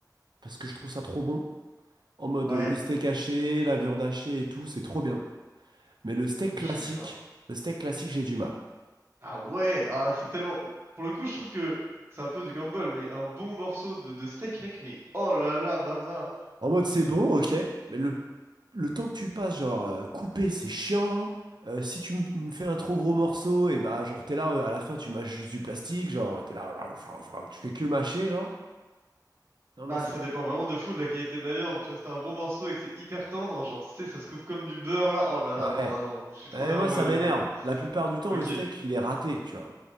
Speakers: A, on the right; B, on the right.
A: parce que je trouve ça trop bon. En mode
B: ouais,
A: euh, le steak haché, la viande hachée et tout, c'est trop bien. Mais le steak
B: ouais,
A: classique,
B: je suis d'accord.
A: le steak classique, j'ai du mal.
B: Ah ouais, ah c'est tellement. Pour le coup, je trouve que c'est un peu du gamble, mais un bon morceau de, de steak, mec, mais oh là là, maman!
A: En mode, c'est bon, ok, mais le, le temps que tu passes, genre, euh, couper, c'est chiant. Euh, si tu m- me fais un trop gros morceau, et bah, genre, t'es là, euh, à la fin, tu mâches juste du plastique, genre, t'es là, tu fais que mâcher, genre. Non, moi,
B: Bah,
A: c'est.
B: ça dépend vraiment de fou de la qualité de la viande. Tu vois, si t'as un bon morceau et que c'est hyper tendre, genre, tu sais, ça se coupe comme du beurre là. Oh là
A: Ouais.
B: là, non, ah non, je suis trop
A: Eh,
B: en amoureux
A: moi, ça
B: de la
A: m'énerve.
B: viande, moi.
A: La plupart du temps,
B: Ok.
A: le steak, il est raté, tu vois.